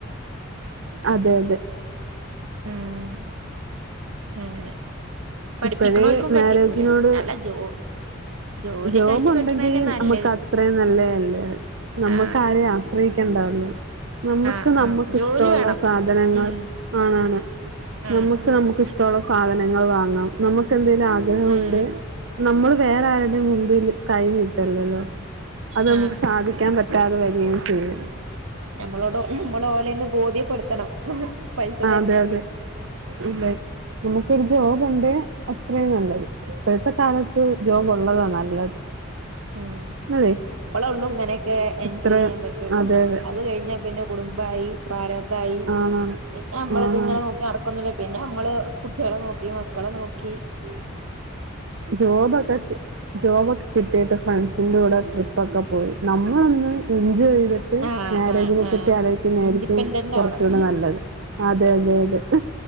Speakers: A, on the right; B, on the right.
A: അതെ അതെ
B: ഉം അങ്ങനെ പഠിപ്പിക്കണോൽക്കും
A: ഇപ്പഴേ മാരേജിനോട്
B: കെട്ടിക്കൂലേ അല്ല ജോ ജോലിയൊക്കെ
A: ജോബ്
B: ആയിട്ട്
A: ഉണ്ടെങ്കിൽ
B: കെട്ടണന്നെ നല്ലത്
A: നമുക്ക് അത്രയും നല്ലതല്ല നമ്മുക്ക്
B: ആ
A: ആരെയു ആശ്രയിക്കണം എണ്ടന്ന നമ്മുക്ക്
B: ആ ആ
A: നമ്മുക്ക്
B: ജോലി
A: ഇഷ്ടമുള്ള
B: വേണം
A: സാധനങ്ങൾ
B: ഉം
A: ആണാണ്
B: ആ
A: നമ്മുക്ക്
B: ആ
A: നമുക്ക്ിഷ്ടമുള്ള സാധനങ്ങൾ വാങ്ങാം നമുക്കെന്തേലും ആഗ്രഹമുണ്ട്
B: ഉം
A: നമ്മള് വേറെ ആരുടെയും മുമ്പിൽ കയിനിട്ടല്ലല്ലോ അത്
B: ആ
A: നമുക്ക് സാധിക്കാൻ പറ്റാതെ വരു ഉ <inaudible>
B: ഞമ്മളോട് ഞമ്മള ഓലെന്ന് ബോധ്യപ്പെടുത്തണം പൈസ
A: ആഹ്
B: തരണമെങ്കിൽ
A: അതെ അതെ അതെ നമുക്കൊരു ജോബുണ്ടേ അത്രയും നല്ലത് ഇപ്പഴത്തെ കാലത്ത് ജോബ് ഉള്ളതാണ് നല്ലത്
B: ഉം
A: അതെ
B: അല ഉള്ളുങ്ങ ഒക്കെ എൻജോയ്
A: ഇത്ര
B: ചെയ്യാൻ പറ്റുള്ളൂ
A: അതെ അതെ
B: അത് കഴിഞ്ഞാൽ പിന്നെ കുടുംബായി പ്രാര അതായി
A: ആണാണ്
B: പിന്നെ നമ്മള
A: ആണാണ്
B: ഇത്ങ്ങനെ നോക്കി നടക്കന്നല്ല പിന്നെ നമ്മള് കുട്ടികളെ നോക്കി മക്കളെ നോക്കി ഉ
A: ജോബൊക്കെ ജോബൊക്കെ കിട്ടിട്ട് ഫ്രാൻസിൻന്റെ കൂടെ ഇൊക്കെ പോയി നമ്മളൊന്ന് എൻജോയ് ചെയ്തിട്ട്
B: ആഹ്
A: മാരേജിനെ
B: ആഹ് ആഹ്
A: പറ്റി ആലയിക്കുന്നതായിരിക്കും
B: ഇൻഡിപെൻഡന്റ്
A: കുറച്ചുകൂടെ
B: ആവണം
A: നല്ലത് അതെതെതെ